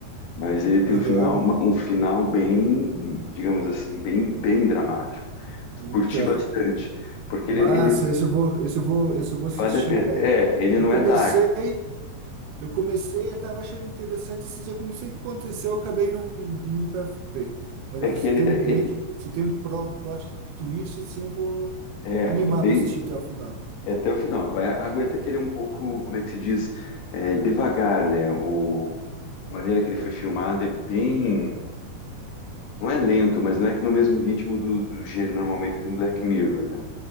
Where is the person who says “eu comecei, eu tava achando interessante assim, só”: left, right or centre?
Right